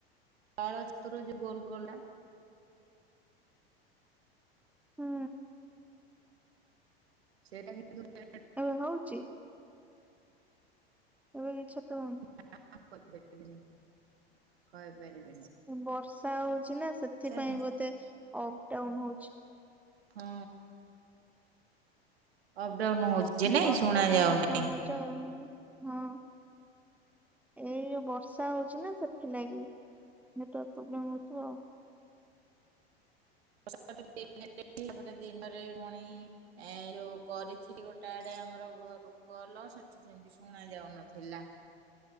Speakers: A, on the right; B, in the centre.
A: ପାଳ ଛତୁର ଯୋଉ ଗୋଲ୍ ଗୋଲ୍ ଟା।
B: ହୁଁ।
A: ସେଇଟା କିନ୍ତୁ <inaudible>
B: ଏବେ ହୋଉଛି? ଏବେ କିଛିତ ହୋଉନି।
A: <inaudible> କରିପାରିବିନି। କହିପାରିବି
B: ବର୍ଷା ହଉଛି ନା ସେଥିପାଇଁ
A: ଦିନ
B: ବୋଧେ ଅପ ଡାଉନ ହଉଛି।
A: ହଁ ଅପଡାଉନ ହଉଛି ନାଇଁ,
B: ବର୍ଷା
A: ଶୁଣା
B: ପାଇଁ
A: ଯାଉନାଇଁ।
B: ଅପଡାଉନ ହଉଛି ଚ ହୁଁ। ଏଇ ବର୍ଷା ହଉଛି ନା ସେଥିଲାଗି, ନେଟୱର୍କ ପ୍ରୋବ୍ଲେମ ହଉଥିବ ଆଉ।
A: <unintelligible> ଦିନରେ ପୁଣି ଏ ଯୋଉ କରିଥିଲି, ଗୋଟା ଆଡେ ଆମର ଘରୁ କଲ ସେ ଠି ସେମିତି ଶୁଣା ଯାଉନଥିଲା,